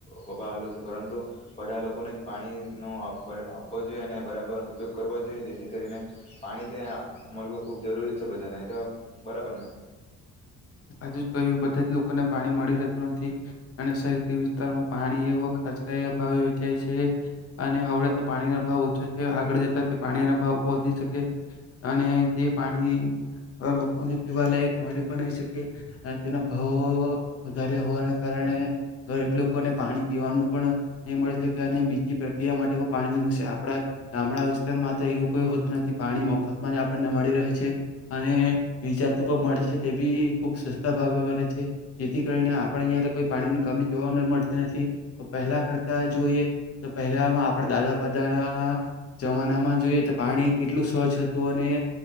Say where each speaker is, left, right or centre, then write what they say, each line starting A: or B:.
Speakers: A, on the left; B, on the left.
A: વભાવલું છે, પરંતુ બધા લોકોને જ પાણીનો આપવો જોઈએ અને બરાબર ઉપયોગ કરવો જોઈએ જેથી કરીને, પાણી તે મળવું ખૂબ જરૂરી છે બધાને એ તો બરાબર ને.
B: જ કહ્યું બધા જ લોકોને પાણી મળી રહેતું નથી, અને શહે વિસ્તારમાં પાણી એવોાવે વેચાય છે, અને હળ તો પાણીનો ભાવ ઓછો છે. આગળ જતા તે પાણીના ભાવ પહોંચીકે અને તે પાણી લોકોને પીવા લયક મળ પણ શકી, તેનો ભાવ વધારે હોવાના કારણે, ગરીબ લોકોને પાણી પીવાનું પણ, નહી મળી શકે અને બીજી પ્રક્રિયા માટે પાણી ન મળશે, આપણા ગામડા વિસ્તારમાં તો એવું કોઈ હોતું નથી પાણી મફતમાં જ આપણને મળી રહે છે, અને વિજાતુ પણ મળે છે. તે બી ખૂબ સસ્તા ભાવે વે છે, જેથી કરીને આપણે અહીંયા કોઈ પાણીની કમી જોવા મળતી નથી, તો પહેલાં કરતાં જોઈએ, તો પહેલાંમાં આપણા દાદાપાદાના જમાનામાં, જોઈએ તો પાણી કેટલું સ્વચ્છ હતું અને,